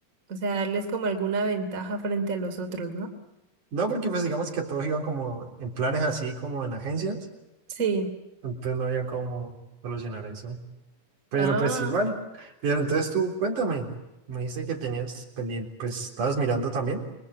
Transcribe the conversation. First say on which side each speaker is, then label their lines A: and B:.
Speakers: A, on the right (about 25°); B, on the right (about 65°).
A: o sea, darles como alguna ventaja frente a los otros, ¿no?
B: No, porque pues digamos que todos iban como en planes así como en agencias,
A: Sí.
B: entonces no había cómo solucionar eso. Pero
A: Ah,
B: pues igual. Pero entonces tú cuéntame, me dijiste que tenías pendiente, pues estabas mirando también